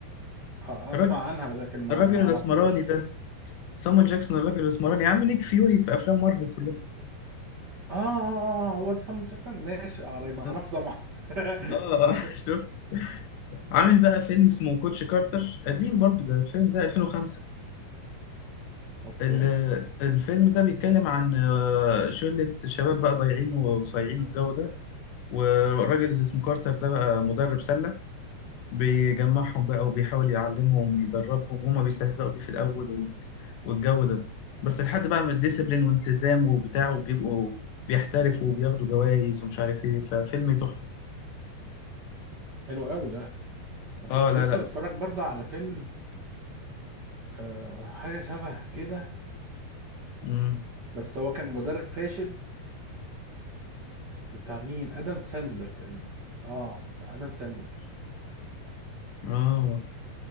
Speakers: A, on the right (about 80°); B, on the left (about 85°).
A: آه،
B: الراجل
A: اسمع عنها لكن ما
B: الراجل
A: ما اعرفوش
B: الاسمراني ده صامويل جاكسون الراجل الاسمراني عامل نيك فيوري في افلام مارفل كلها
A: اه آه، آه، هو ده سام جاكسون ماشي اه
B: هو
A: ما
B: ده
A: اعرف طبعا <laughs>
B: اه
A: ماشي.
B: <laughs> شفت عامل بقى فيلم اسمه كوتش كارتر قديم برضو ده الفيلم ده 2005
A: اوكي
B: ال- الفيلم ده بيتكلم عن آه، شلة شباب بقى ضايعين وصايعين والجو ده والراجل اللي اسمه كارتر ده بقى مدرب سلة بيجمعهم بقى وبيحاول يعلمهم ويدربهم وهما بيستهزئوا بيه في الأول وال- والجو ده بس لحد بقى من الديسيبلين والتزام وبتاع وبيبقوا بيحترفوا وبياخدوا جوائز ومش عارف ايه ففيلم تحفة
A: حلو قوي ده وكنت
B: اه لا
A: لسه
B: لا
A: بتفرج برضه على فيلم آه حاجه شبه كده
B: امم
A: بس هو كان مدرب فاشل بتاع مين ادم ساندلر تقريبا اه بتاع ادم ساندلر
B: اه